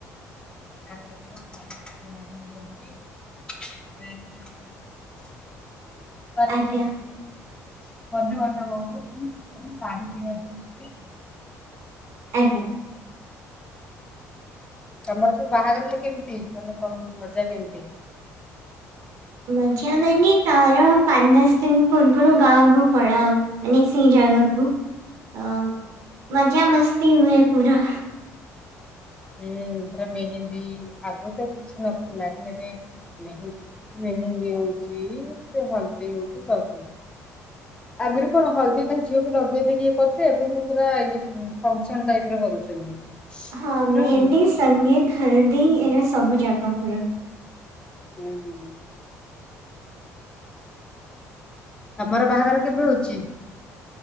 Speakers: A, on the left (about 15°); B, on the right (about 65°).
A: <unintelligible> ଆଉ ଡ୍ରେସ୍ <unintelligible>
B: ଆଜ୍ଞା
A: ବନ୍ଧୁ ବାନ୍ଧବ ଙ୍କୁ ଶାଢ଼ୀ କିଣିବା ପାଇଁ ଯିବି।
B: ଆଜ୍ଞା।
A: ତମର ସବୁ ବାହାଘରରେ କେମିତି ମାନେ କଣ ମଜା କେମିତି?
B: ମଜା ମାନେ ତାର ପାଞ୍ଚ ଦଶ ଦିନ ପୂର୍ବରୁ ଗାଁକୁ ପଳାଉ। ମାନେ ସେଇ ଜାଗାକୁ ଅ ମଜା ମସ୍ତି ହୁଏ ପୁରା।
A: ଏ ପୁରା ମେହେନ୍ଦୀ ଆଗରୁ ତ କିଛି ନଥିଲା କି ଏବେ ମେହେ ମେହେନ୍ଦୀ ହଉଚି ସେ ହଲଦି ହଉଚି ସବୁ। ଆଗରୁ କଣ ହଳଦୀ <unintelligible> ଝିଅକୁ ଲଗେଇ ଦେଇକି ଇଏ କରିଥିଲେ ଏବେ କିନ୍ତୁ ପୁରା ଇଏ ଫଙ୍କସନ ଟାଇପ ର କରୁଛନ୍ତି।
B: ହଁ
A: ନୁହଁ
B: ମେହେନ୍ଦି
A: କି
B: ସଙ୍ଗୀତ ହଲଦୀ ଏରା ସବୁ ଜାକ ପୁରା।
A: ହୁଁ ହୁଁ। ତମର ବାହାଘର କେବେ ହଉଚି?